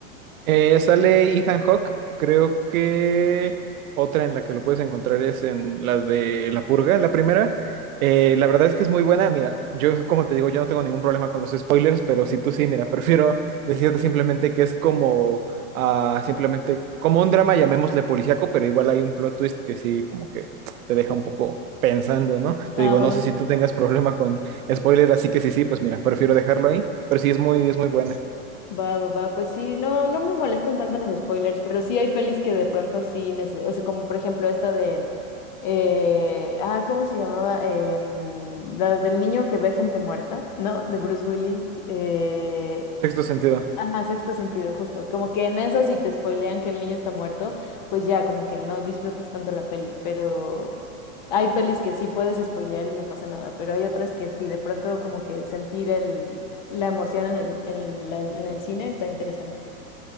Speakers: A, on the right; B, on the left.
A: Eh, sale Ethan Hawke, creo que otra en la que lo puedes encontrar es en la de La Purga, la primera. Eh, la verdad es que es muy buena. Mira, yo como te digo, yo no tengo ningún problema con los spoilers, pero si tú sí, mira, <laughs> prefiero decirte simplemente que es como ah, simplemente como un drama, llamémosle policíaco, pero igual hay un plot twist que sí como que te deja un poco pensando, ¿no?
B: Ah,
A: Te digo,
B: bueno,
A: no sé si tú tengas problema con spoiler, así que sí, sí, pues mira, prefiero dejarlo ahí, pero sí es muy, es muy buena.
B: va, va, va, pues sí, no, no me molestan tanto los spoilers, pero sí hay pelis que de pronto sí, nece- o sea, como por ejemplo esta de, eh, ah, ¿cómo se llamaba? Em, la del niño que ve gente muerta, ¿no? De Bruce Willis. eh,
A: Sexto sentido.
B: Ajá, sexto sentido, justo. Como que en eso si te spoilean que el niño está muerto, pues ya como que no disfrutas tanto la peli, pero hay pelis que sí puedes spoilear y no pasa nada, pero hay otras que sí, de pronto como que sentir el, la emoción en el, en la- en el cine está interesante.